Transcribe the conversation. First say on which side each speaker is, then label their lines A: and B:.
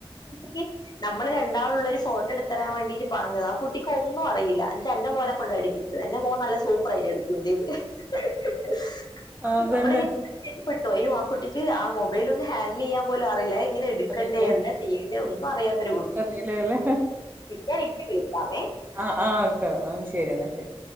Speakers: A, on the left; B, on the right.
A: കി നമ്മള് രണ്ടാളുള്ള ഒരു ഫോട്ടോട്ത്തരാൻ വാണ്ടിട്ട് പറഞ്ഞതാ ആഹ് കുട്ടിക്ക് ഒന്നും അറിയില്ല ഇജ് അന്റെ മോനെ
B: ആ
A: കൊണ്ട് അടിപ്പിച്ചത് എന്റെ മോൻ നല്ല സൂപ്പർ ആയിട്ട് എഴുതും <unintelligible> അപ്പൊ
B: അതന്നെ
A: മ്മളിങ്ങനെ <unintelligible> അയ്യോ ആഹ് കുട്ടിക്ക് ആഹ് മൊബൈലൊന്ന് ഹാൻഡിലെയ്യാൻ പോലും അറില്ല ങ്ങനെ എട്ക്കണ്ടേ
B: അറിയില്ലേ
A: എന്താ ചെയ്യണ്ടേ ഒന്നും അറിയാത്തൊരു
B: ഒന്നും
A: കുട്ടി
B: അറിയില്ലല്ലേ
A: ഞാനിപ്പെ വിളിക്കാമേ
B: ആഹ് ആഹ്ക്കെ ആഹ് ശെരിന്നാ ശെരി